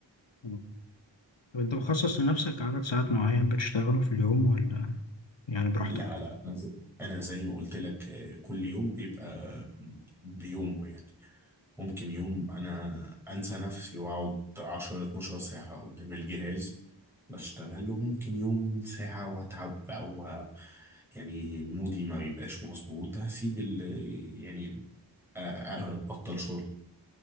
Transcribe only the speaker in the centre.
لا لا انا زي أنا زي ما قلت لك آه، كل يوم بيبقى بيومه يعني ممكن يوم انا انسى نفسي واقعد 10 12 ساعة قدام الجهاز بشتغل وممكن يوم ساعة واتعب او يعني مودي ما بيبقاش مظبوط هسيب ال يعني أ- أ- ابطل شغل